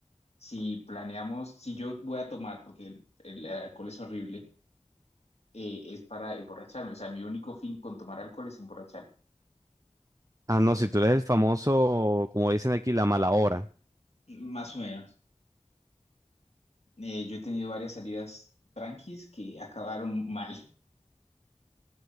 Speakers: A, on the left; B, on the right.
A: Si planeamos, si yo voy a tomar, porque el el alcohol es horrible, eh, es para emborracharme. O sea, mi único fin con tomar alcohol es emborracharme.
B: Ah, no, si tú eres el famoso, como dicen aquí, la mala hora.
A: Más o menos. Eh, yo he tenido varias salidas tranquis que acabaron mal.